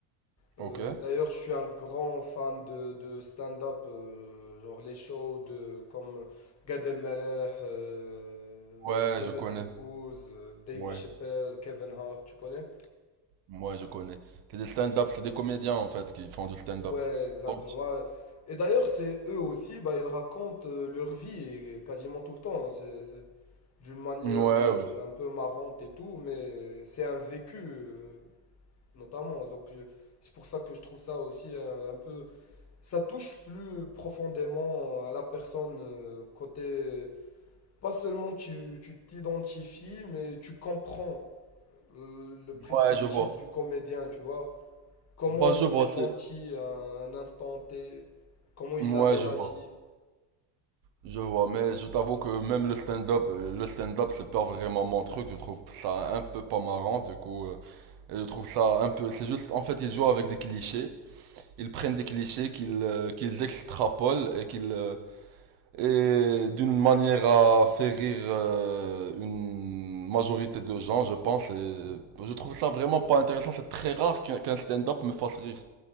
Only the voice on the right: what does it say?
Ok.
Ouais,
je connais.
Ouais,
moi je connais. C'est des stand-up, c'est des comédiens en fait qui font du stand-up.
Bon,
Ouais,
ouais,
ouais, je vois.
Bah, je
vois,
c'est...
Ouais,
je vois. Je vois, mais je t'avoue que même le stand-up, euh, le stand-up, c'est pas vraiment mon truc. Je trouve ça un peu pas marrant, du coup. euh, et je trouve ça un peu... C'est juste, en fait, ils jouent avec des clichés. Ils prennent des clichés qu'ils euh, qu'ils extrapolent et qu'ils... euh, et d'une manière à faire rire euh, une majorité de gens, je pense. et je trouve ça vraiment pas intéressant. C'est très rare qu'un qu'un stand-up me fasse rire.